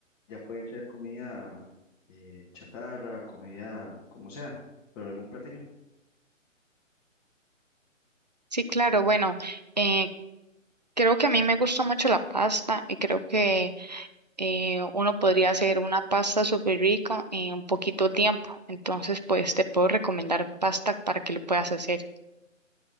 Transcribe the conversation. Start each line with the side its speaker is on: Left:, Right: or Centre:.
Left: Ya puede ser comida eh, chatarra, comida como sea, pero algún platillo.
Right: Sí, claro, bueno, eh, creo que a mí me gusta mucho la pasta y creo que eh, uno podría hacer una pasta súper rica en poquito tiempo. Entonces, pues te puedo recomendar pasta para que lo puedas hacer.